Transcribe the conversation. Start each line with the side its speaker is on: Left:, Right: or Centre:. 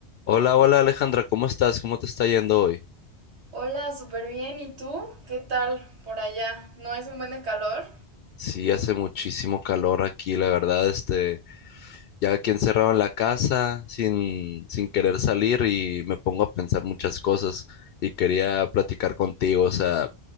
Left: Hola, hola Alejandra, ¿cómo estás? ¿Cómo te está yendo hoy?
Right: Hola, súper bien. ¿Y tú? ¿Qué tal por allá? ¿No es un buen de calor?
Left: Sí, hace muchísimo calor aquí, la verdad, este, ya aquí encerrado en la casa, sin, sin querer salir y me pongo a pensar muchas cosas y quería platicar contigo, o sea,